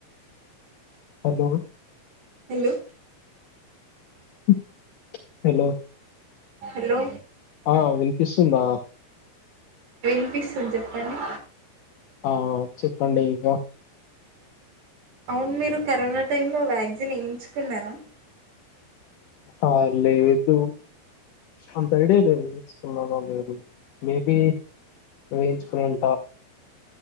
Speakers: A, on the left; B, on the right.
A: హలో
B: హలో
A: ఓ హలో
B: హలో
A: ఆ వినిపిస్తుందా
B: వినిపిస్తుంది చెప్పండి
A: ఆ చెప్పండి ఇంకా
B: అవును మీరు కరోనా టైమ్ లో వ్యాక్సిన్ వేయించుకున్నారా
A: ఆ లేదు అంత ఐడియా లేదు వేసుకున్నాను లేదు మేబి వేయించుకునేంట